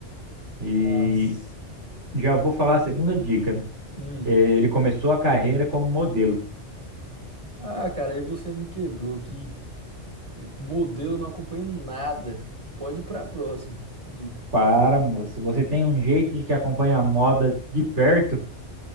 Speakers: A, on the right (about 75°); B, on the right (about 25°).
A: E
B: nossa.
A: já vou falar a segunda dica.
B: Hum.
A: É, ele começou a carreira como modelo.
B: Ah, cara, aí você me quebrou. Que modelo não acompanho nada. Pode ir pra próxima. Dica.
A: Para, moço, você tem um jeito de que acompanha a moda de perto.